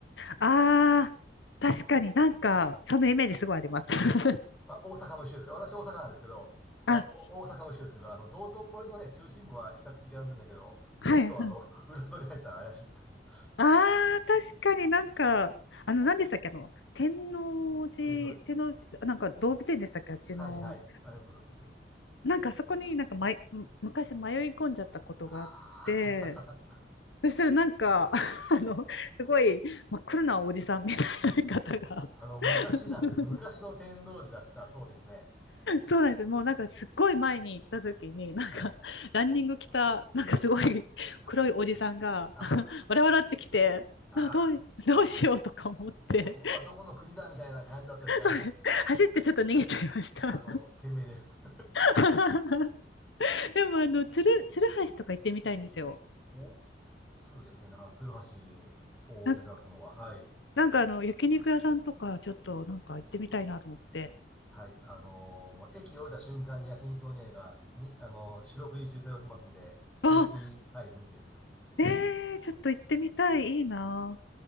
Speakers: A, on the left; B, in the centre.
A: あ、ああ、確かになんか、そのイメージすごいあります。<laughs>
B: まあ、大阪も一緒ですけど、私大阪なんですけど、まあ、
A: あ、
B: お大阪も一緒ですけど、あの、道頓堀のね、中心部は比較的安全だけど、
A: はい、
B: ちょっとあの、
A: はい。
B: <laughs> 裏通り入ったら怪しいみたいな。<laughs>
A: ああ、確かになんか、あの、何でしたっけ、あの、天王寺、
B: 天王寺。
A: 天王寺、なんか動物園でしたっけ、あっちの、
B: はいはい。ああいうことで。
A: なんかそこになんか、まい、む昔迷い込んじゃったことがあって、
B: ああ。
A: そしたらなんか、<laughs> あの、すごい真っ黒なおじさんみたいな方が
B: あの、
A: <laughs>、
B: 昔なんですね。昔の天王寺だったらそうですね。
A: そうなんですよ。もうなんかすっごい前に行った時に、なんかランニング着た、
B: はい。
A: なんかすごい黒いおじさんが、
B: はい。あ、
A: <laughs> わらわらってきて、
B: あ、
A: あ、どう、どうしようとか思って、
B: ここはどこの国だみたいな感じだったですかね。
A: そうね走ってちょっと逃げちゃいました。
B: <laughs> あの、懸命です。
A: <laughs> でもあの、鶴、鶴橋とか行ってみたいんですよ。
B: <laughs> お、通ですね。だから、鶴橋を目指すのは、
A: なん
B: はい。
A: なんかあの、焼肉屋さんとかちょっとなんか行ってみたいなと思って。
B: はい。あのーもう駅降りた瞬間に焼肉の匂いが、に、あのー四六時中漂ってますんで、美味しい、
A: あ、
B: はい、雰囲気です。
A: えー、ちょっと行ってみたい。いいな